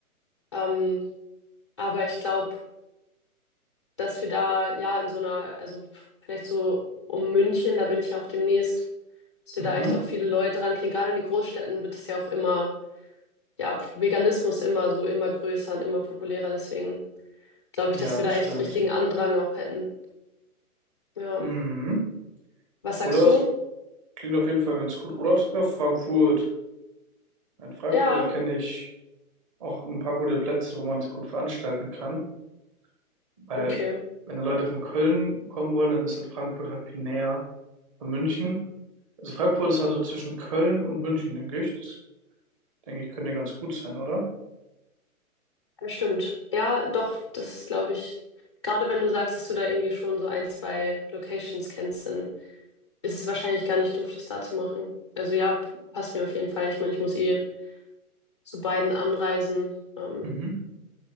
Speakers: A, on the left; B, on the right.
A: Ähm, aber ich glaube, dass wir da ja in so einer, also vielleicht so um München, da bin ich ja auch demnächst, dass wir
B: Mhm.
A: da echt auch viele Leute rankriegen. Gerade in den Großstädten wird das ja auch immer, ja, Veganismus immer so immer größer und immer populärer. Deswegen glaube ich,
B: Ja,
A: dass wir
B: das
A: da echt
B: stimmt.
A: richtigen Andrang auch hätten. Ja.
B: Mhm.
A: Was sagst
B: Oder was?
A: du?
B: Klingt auf jeden Fall ganz gut. Oder auch sogar Frankfurt. Ein Frankfurter
A: Ja,
B: kenne ich auch ein paar gute Plätze, wo man es gut veranstalten kann. Weil
A: okay.
B: wenn da Leute von Köln kommen wollen, dann ist halt Frankfurt halt viel näher von München. Also Frankfurt ist halt so zwischen Köln und München, denke ich. Das denke ich könnte ja ganz gut sein, oder?
A: Das stimmt. Ja, doch, das ist, glaube ich, gerade wenn du sagst, dass du da irgendwie schon so ein, zwei Locations kennst, dann ist es wahrscheinlich gar nicht doof, das da zu machen. Also ja, p- passt mir auf jeden Fall. Ich meine, ich muss eh zu beiden anreisen. Ähm,
B: Mhm.